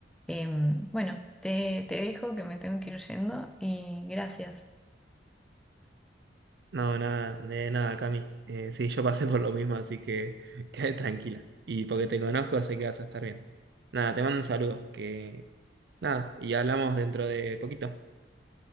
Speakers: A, in the centre; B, on the right.
A: Em, bueno, te, te dejo que me tengo que ir yendo y gracias.
B: No, nada, de nada, Cami. Eh, sí, yo pasé por lo mismo, así que <laughs> quédate tranquila. Y porque te conozco, sé que vas a estar bien. Nada, te mando un saludo, que nada, y hablamos dentro de poquito.